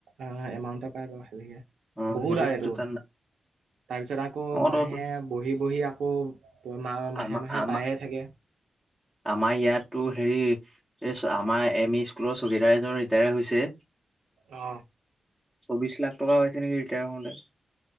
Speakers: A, on the right; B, in the centre.
A: অ এমাউণ্ট পাই বাৰু সেভিকে
B: অ'
A: বহুত
B: সেইটো
A: আহ
B: সেইটো
A: এইটো
B: তাত না
A: তাৰপিছত আকৌ
B: অ'
A: মাহে
B: ত
A: বহি বহি আকৌ মা মাহে
B: আমাৰ
A: মাহে
B: আমাৰ
A: পায়ে থাকে
B: আমাৰ ইয়াতো হেৰি এইচ আমাৰ এম ই স্কুলৰ চকীদাৰ এজন ৰিটায়াৰ হৈছে
A: অ
B: চৌবিশ লাখ টকা পাইছে নেকি ৰিটায়াৰ হওঁতে